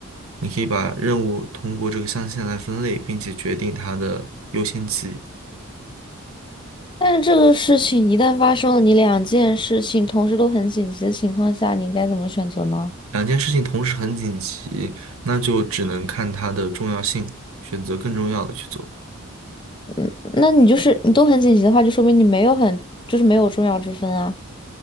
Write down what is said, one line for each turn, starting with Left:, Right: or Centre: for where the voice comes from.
Right: 你可以把任务通过这个象限来分类，并且决定它的优先级。
Left: 但是这个事情一旦发生了，你两件事情同时都很紧急的情况下，你应该怎么选择呢？
Right: 两件事情同时很紧急，那就只能看它的重要性，选择更重要的去做。
Left: 嗯，那你就是你都很紧急的话，就说明你没有很就是没有重要之分啊。